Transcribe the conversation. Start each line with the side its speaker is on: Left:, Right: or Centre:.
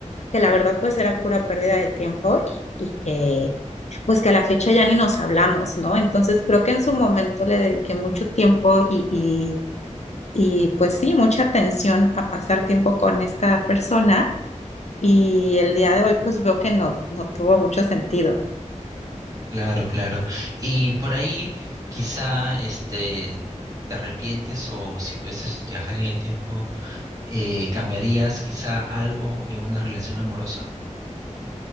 Left: que la verdad pues era pura pérdida de tiempo y, y pues que a la fecha ya ni nos hablamos, ¿no? Entonces creo que en su momento le dediqué mucho tiempo y, y, y pues sí, mucha atención a pasar tiempo con esta persona y el día de hoy pues veo que no, no tuvo mucho sentido.
Right: Claro, claro. Y por ahí, quizá, este, te arrepientes, o si puedes viajar en el tiempo, eh, ¿cambiarías quizá algo en una relación amorosa?